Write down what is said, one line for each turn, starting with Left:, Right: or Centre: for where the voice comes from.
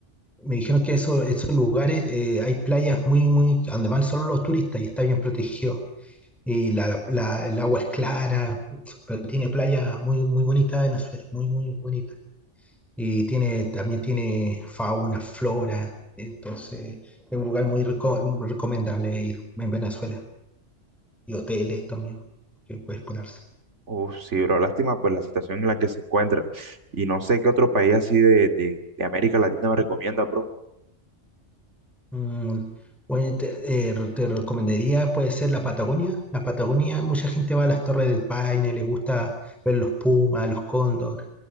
Centre: Me dijeron que eso, esos lugares, eh, hay playas muy, muy, a donde van solo los turistas y está bien protegido. Y la, la- el agua es clara, pero tiene playas muy, muy bonitas en Venezuela, muy, muy bonitas. Y tiene, también tiene fauna, flora. Entonces, es un lugar muy reco- recomendable ir en Venezuela. Y hoteles también, que puedes ponerse.
Right: Uf, sí, bro, lástima pues la situación en la que se encuentra. Y no sé qué otro país así de, de, de América Latina me recomienda, bro.
Centre: Mm, oye, te, eh, te recomendaría, puede ser la Patagonia. La Patagonia, mucha gente va a las Torres del Paine, le gusta ver los pumas, los cóndor.